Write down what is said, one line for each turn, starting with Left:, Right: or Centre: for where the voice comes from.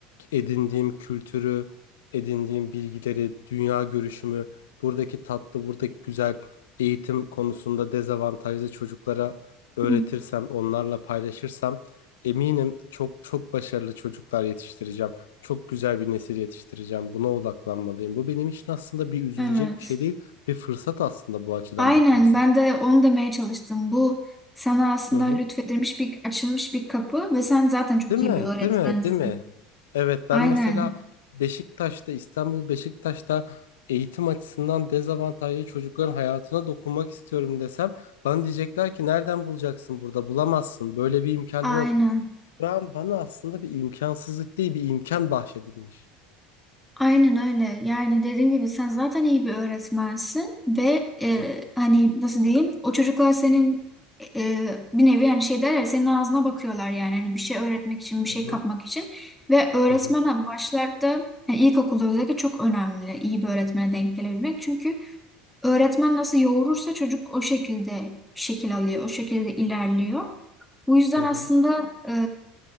Left: edindiğim kültürü, edindiğim bilgileri, dünya görüşümü, buradaki tatlı, buradaki güzel eğitim konusunda dezavantajlı çocuklara öğretirsem,
Centre: Hı,
Left: onlarla paylaşırsam eminim çok çok başarılı çocuklar yetiştireceğim. Çok güzel bir nesil yetiştireceğim. Buna odaklanmalıyım. Bu benim için aslında bir üzülecek
Centre: Evet.
Left: bir şey değil, bir fırsat aslında bu açıdan
Centre: Aynen
Left: bakarsak.
Centre: ben de onu demeye çalıştım. Bu sana aslında
Left: Hı hı.
Centre: lütfedilmiş bir açılmış bir kapı ve sen zaten çok
Left: Değil
Centre: iyi
Left: mi?
Centre: bir öğretmensin.
Left: Değil mi? Değil mi? Evet ben
Centre: Aynen.
Left: mesela Beşiktaş'ta İstanbul Beşiktaş'ta eğitim açısından dezavantajlı çocukların hayatına dokunmak istiyorum desem bana diyecekler ki nereden bulacaksın burada bulamazsın böyle bir imkan
Centre: Aynen.
Left: yok. Şu an bana aslında bir imkansızlık değil bir imkan bahşedilmiş.
Centre: Aynen öyle. Yani dediğim gibi sen zaten iyi bir öğretmensin ve e,
Left: Hı
Centre: hani nasıl diyeyim o çocuklar senin e, bir nevi yani şey derler senin ağzına bakıyorlar yani hani bir şey öğretmek için bir şey
Left: hı hı
Centre: kapmak için ve öğretmen
Left: hı hı
Centre: hani başlarda yani ilkokulda özellikle çok önemli iyi bir öğretmene denk gelebilmek. Çünkü öğretmen nasıl yoğurursa çocuk o şekilde şekil alıyor, o şekilde ilerliyor. Bu yüzden
Left: hı
Centre: aslında e,